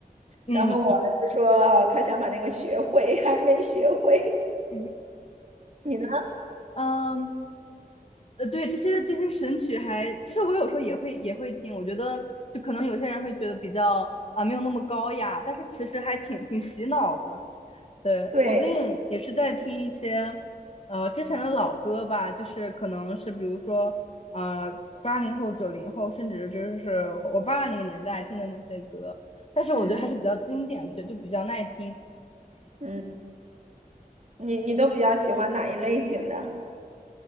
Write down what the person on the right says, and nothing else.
然后我儿子说，哦，他想把那个学会，<laughs> 还没学会。
你呢？
对，
嗯
嗯，你你都比较喜欢哪一类型的？